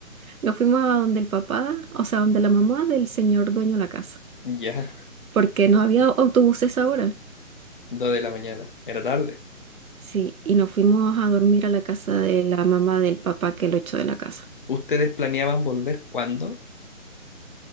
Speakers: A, on the right; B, on the left.
A: nos fuimos a donde el papá, o sea, donde la mamá del señor dueño de la casa,
B: Ya,
A: porque no había autobuses ahora.
B: <laughs> dos de la mañana. Era tarde.
A: Sí, y nos fuimos a dormir a la casa de la mamá del papá que lo echó de la casa.
B: ¿Ustedes planeaban volver cuándo?